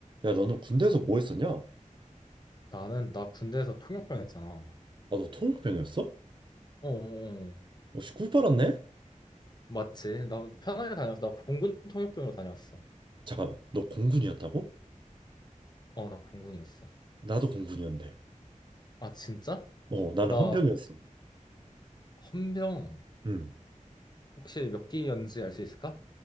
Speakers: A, on the right; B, on the left.
A: 야, 너는 군대에서 뭐 했었냐? 아,
B: 나는 나 군대에서 통역병 했잖아. 어,
A: 너 통병이었어?
B: 어, 어.
A: 어, 씨, 꿀 빨았네?
B: 맞지? 나 편하게 다녔어. 나 공군 통역병으로 다녔어.
A: 잠깐만, 너 공군이었다고?
B: 어, 나 공군이었어.
A: 나도 공군이었는데.
B: 아, 진짜?
A: 어, 나는
B: 나
A: 헌병이었어.
B: 헌병
A: 응,
B: 혹시 몇 기였는지 알 수 있을까?